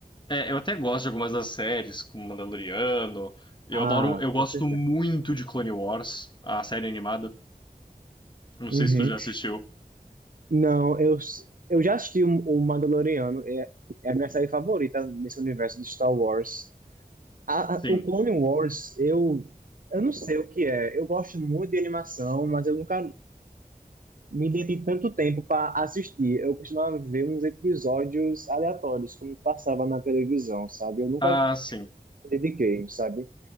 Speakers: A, on the left; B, on the right.
A: É, eu até gosto de algumas das séries, como Mandaloriano. Eu
B: Ah,
A: adoro, eu gosto
B: com certeza.
A: muito de Clone Wars, a série animada. Não
B: Uhum.
A: sei se tu já assistiu.
B: Não, eu, eu já assisti o, o Mandaloriano, é, é a minha série favorita nesse universo de Star Wars. A,
A: Sim.
B: a- o Clone Wars, eu, eu não sei o que é. Eu gosto muito de animação, mas eu nunca me dediquei tanto tempo para assistir. Eu costumava ver uns episódios aleatórios, como passava na televisão, sabe? Eu nunca
A: Ah,
B: me
A: sim.
B: dediquei, sabe?